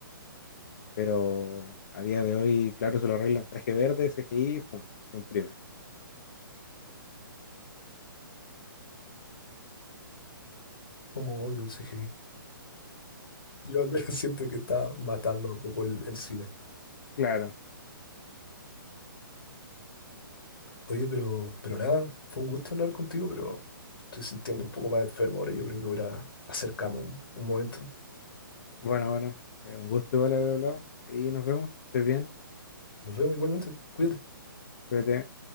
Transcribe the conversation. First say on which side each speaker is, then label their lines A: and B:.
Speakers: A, on the left (about 50°); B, on the left (about 80°).
A: Pero a día de hoy, claro, se lo arreglan traje verde, CGI, fum, se imprime.
B: como odio el CGI. Yo al menos <laughs> siento que está matando un poco el, el cine.
A: Claro.
B: Oye, pero, pero nada, fue un gusto hablar contigo, pero estoy sintiendo un poco más enfermo ahora y yo creo que voy a ir a hacer cama un, un momento.
A: Bueno, bueno, eh, un gusto igual haber hablado. Ahí nos vemos, que estés bien,
B: Nos vemos igualmente, cuídate.
A: cuídate.